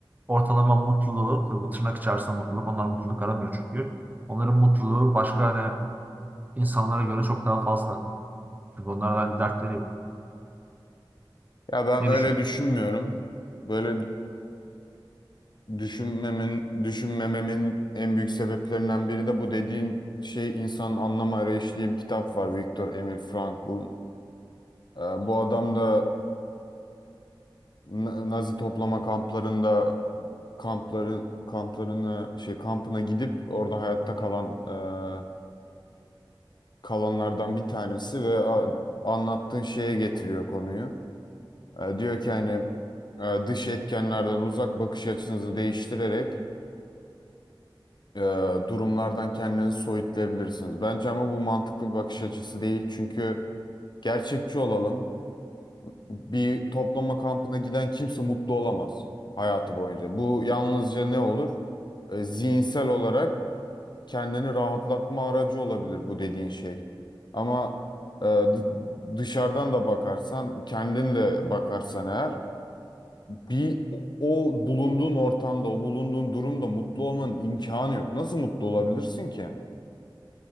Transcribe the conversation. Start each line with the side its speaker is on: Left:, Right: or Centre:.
Right: ortalama mutluluğu, tabii tırnak içerisinde mutluluk, onlar mutluluk aramıyor çünkü. Onların mutluluğu başka hani insanlara göre çok daha fazla. Çünkü onların hani dertleri yok.
Left: Ya ben
Right: Ne
Left: öyle
Right: düşün?
Left: düşünmüyorum. Böyle e, düşünmemin düşünmememin en büyük sebeplerinden biri de bu dediğin şey İnsanın Anlam Arayışı diye bir kitap var Viktor Emil Frankl. E, bu adam da e, Na- Nazi toplama kamplarında kampların kamplarını şey kampına gidip orada hayatta kalan e, kalanlardan bir tanesi ve a- anlattığın şeye getiriyor konuyu. E, diyor ki hani e, dış etkenlerden uzak bakış açınızı değiştirerek e, durumlardan kendinizi soyutlayabilirsiniz. Bence ama bu mantıklı bir bakış açısı değil. Çünkü gerçekçi olalım. Bir toplama kampına giden kimse mutlu olamaz hayatı boyunca. Bu yalnızca ne olur? E, zihinsel olarak kendini rahatlatma aracı olabilir bu dediğin şey. Ama e, d- dışarıdan da bakarsan, kendin de bakarsan eğer bir o, o bulunduğun ortamda, o bulunduğun durumda mutlu olmanın imkanı yok. Nasıl mutlu olabilirsin ki?